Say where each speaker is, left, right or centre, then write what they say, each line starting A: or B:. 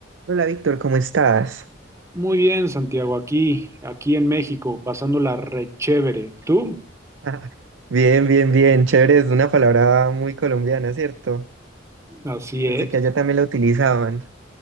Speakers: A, on the right (about 75°); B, on the right (about 15°).
A: Hola Víctor, ¿cómo estás?
B: Muy bien, Santiago, aquí, aquí en México, pasándola re chévere. ¿Tú?
A: Ah, Bien, bien, bien, chévere, es una palabra muy colombiana, ¿cierto?
B: Así es,
A: Pensé que allá también la utilizaban,